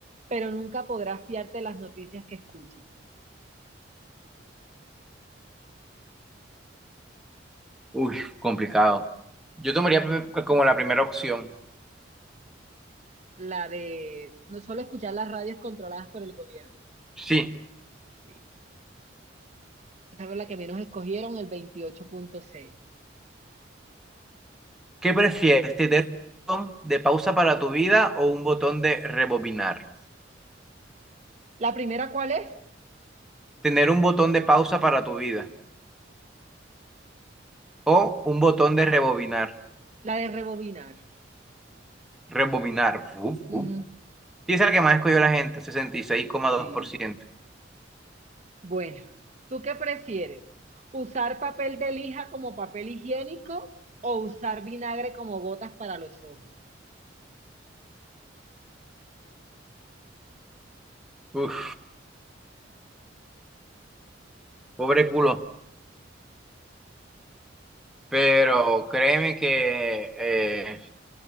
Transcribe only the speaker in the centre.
uy, complicado. Yo tomaría pr- como la primera opción.
Sí.
¿Qué prefieres? ¿Tener un botón de pausa para tu vida o un botón de rebobinar?
Tener un botón de pausa para tu vida o un botón de rebobinar.
Rebobinar. Uf,
uf. Sí, es el que más escogió la gente, 66,2%.
Uf, pobre culo. Pero créeme que, eh,